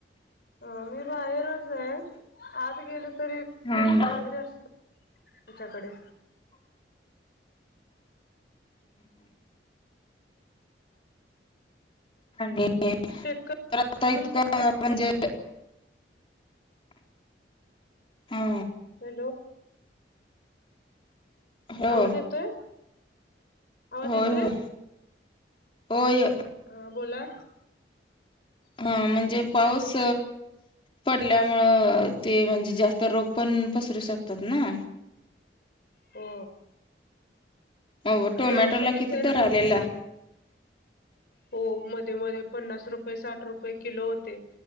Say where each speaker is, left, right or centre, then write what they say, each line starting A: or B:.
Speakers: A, on the left; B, on the left.
A: आम्ही बाहेरच आहे आत गेल तरी <inaudible>
B: हा
A: बाहेर असलं. तिच्याकडे
B: आणि
A: शेतकरी
B: तर आता
A: पण
B: इतका
A: भरपूर
B: पण जे <unintelligible> हा.
A: हॅलो.
B: हो
A: आवाज येतोय आवाज
B: होय
A: येतोय
B: होय होय.
A: आं बोला.
B: हा म्हणजे पाऊस पडल्यामुळं ते म्हणजे जास्त रोग पण पसरू शकतात ना.
A: हो.
B: अवं टोमॅटो
A: आणि औषधीच
B: ला किती
A: आहे ना
B: दर आलेला.
A: हो मध्ये मध्ये पन्नास रुपये साठ रुपये किलो होते